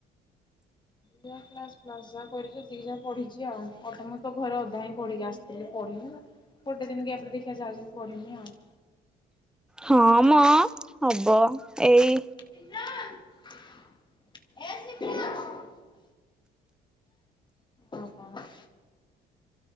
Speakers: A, on the left; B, in the centre.
A: ଯାହା କ୍ଲାସ୍ ଫ୍ଲାସ ଯାହା ପଢିଛି ସେତିକି ଯାହା ପଢିଛି ଆଉ। ଆଉ ତମର ତ ଘରେ ଅଧା ହିଁ ପଢିକି ଆସିଥିଲି ପଢିନି। ଗୋଟେ ଦିନ ଗ୍ୟାପରେ ଦେଖିବା ଯାହା ଯେମିତି ପଡିିମି ଆଉ।
B: ହଁ ମ ହବ ଏଇ
A: <unintelligible> ଆଉ କଣ?